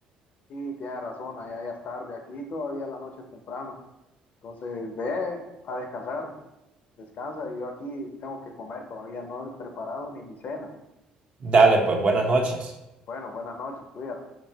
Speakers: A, on the left; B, on the right.
A: Sí, tienes razón, allá ya es tarde. Aquí todavía la noche es temprano. Entonces, ve a descansar, descansa. Y yo aquí tengo que comer, todavía no he preparado ni mi cena.
B: dale, pues buenas noches.
A: Bueno, buenas noches, cuídate.